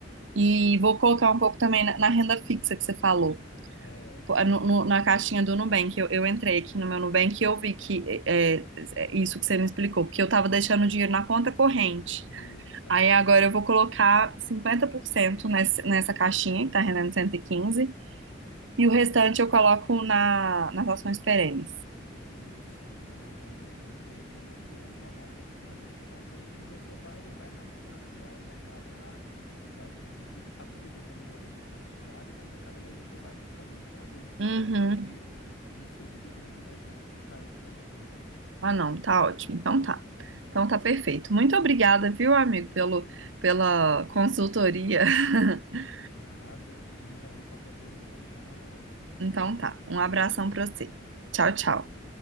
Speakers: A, on the right; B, on the left.
A: e vou colocar um pouco também na na renda fixa que você falou.
B: É,
A: Pô, é
B: é
A: no-
B: uma
A: no-
B: coisa
A: na
B: boa.
A: caixinha do Nubank, eu, eu entrei aqui no meu Nubank e eu vi que é, é é isso que você me explicou, porque eu tava deixando o dinheiro na conta corrente.
B: Isso aí
A: Aí
B: não vai
A: agora
B: render,
A: eu
B: não.
A: vou colocar 50% nessa, nessa caixinha, que tá rendendo 115, e quinze, e o restante eu coloco na, nas ações perenes.
B: Isso, é uma, eu, eu creio que é uma boa jogada para você fazer e você vai, vai analisando, né, o mercado. Ah, eh, vai- vai- não precisa estar todo dia também olhando ali fissurado, mas a cada mês você vai acompanhando para ver se
A: Uhum.
B: as ações subiram e se o dividendo, né, tem, tem caído certinho ali.
A: Ah, não, tá ótimo. Então tá. Então tá perfeito. Muito obrigada, viu, amigo, pelo, pela consultoria. <laughs>
B: Nada, estamos aí, qualquer dúvida é só me chamar novamente.
A: Então tá. Um abração pra você. Tchau, tchau.